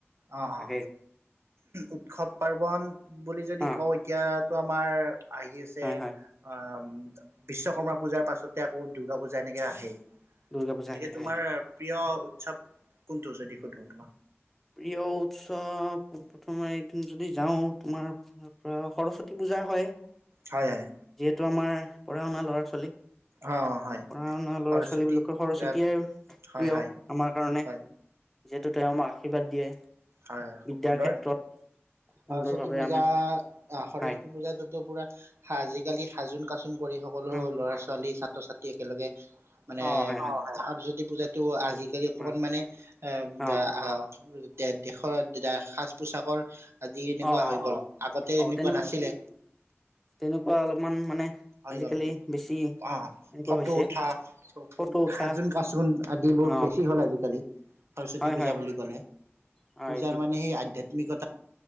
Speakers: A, on the right; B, in the centre.
A: অ
B: তাকে
A: অ উৎসৱ পাৰ্বন বুলি যদি
B: হা
A: কওঁ এতিয়াতো আমাৰ আহি আছে
B: হয়
A: উ
B: হয়
A: বিশ্বকৰ্মা পূজাৰ পাছতে আকৌ দুৰ্গা পূজা এনেকে আহেই গতিকে
B: দুৰ্গা পূজা হে
A: তোমাৰ
B: হয় হয়
A: প্ৰিয় উৎসৱ কোনটো যদি সুধো <unintelligible>
B: প্ৰিয় উৎসৱ পোন প্ৰথমে এইদিন যদি যাও তোমাৰ পৰা সৰস্বতী পূজা হয়
A: হয় হয়
B: টো আমাৰ পঢ়া শুনা ল'ৰা ছোৱালীক
A: অ', হয়,
B: পঢ়া শুনা ল'ৰা
A: সৰস্বতী
B: ছোৱালী বিলাকৰ সৰস্বতীয়েই
A: পূজাত হয়,
B: প্ৰিয়
A: হয়,
B: আমাৰ কাৰণে
A: হয়, হয়,
B: যিহেতু তেওঁ আমাক আশীৰ্বাদ দিয়ে
A: হয় হয় খুব
B: বিদ্যাৰ
A: সুন্দৰ
B: ক্ষেত্ৰত সুন্দৰভাৱে
A: সৰস্বতী পূজা
B: আমি
A: অ সৰস্বতী
B: হয়
A: পূজাতটোতো পুৰা আজিকালি সাজোন কাচোন কৰি সকলো
B: হা,
A: ল'ৰা ছোৱালী ছা ছাত্ৰ ছাত্ৰীয়ে একেলগে মানে
B: অ' হয় হয়
A: আৰু যদি পূজাটো আজি আজিকালি অকণমান
B: অ'
A: মানে বেয়া
B: অ'
A: উম <unintelligible> দেশৰ সাজ পোচাকৰ আদি এনেকুৱা
B: অ'
A: হৈ গল আগতে
B: অ'
A: এনেকুৱা
B: তেনেকুৱা
A: নাছিলে
B: তেনেকুৱা অলপমান মানে
A: হৈ
B: আজিকালি
A: গল
B: বেছি
A: আহ
B: এনেকুৱা
A: ফটো
B: হৈছে
A: উঠা
B: ফটো উঠা
A: সাজোন কাচোন আদিবোৰ
B: অ
A: বেছি হল আজিকালি সৰস্বতী
B: হয়
A: পূজা
B: হয়
A: বুলি ক'লে
B: হয়
A: পূজাৰ মানে সেই আধ্যাত্মিকতা